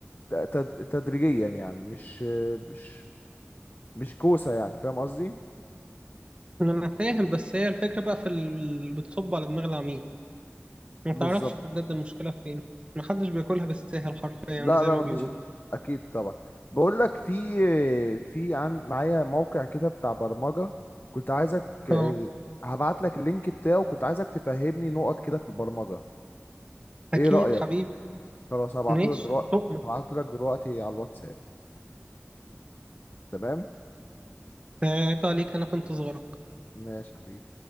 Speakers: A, on the left; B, on the right.
A: ت- تد- تدريجيا يعني مش مش مش كوسة يعني فاهم قصدي
B: انا فاهم بس هي الفكرة بقى في اللي بتصب على دماغ العميل ما
A: بالظبط
B: تعرفش بجد المشكلة فين محدش بياكلها بالساهل حرفيا
A: لا
B: زي
A: لا
B: ما
A: مفيش
B: بيقولوا
A: ح- اكيد طبعا بقول لك في في عن معايا موقع كده بتاع برمجة كنت عايزك
B: اه
A: هبعت لك اللينك بتاعه كنت عايزك تفهمني نقط كده في البرمجة
B: اكيد
A: ايه رأيك
B: حبيبي
A: خلاص هبعته
B: ماشي
A: لك دلوقتي
B: طب
A: هبعته لك دلوقتي على الواتساب تمام
B: عيب عليك انا في انتظارك
A: ماشي يا حبيبي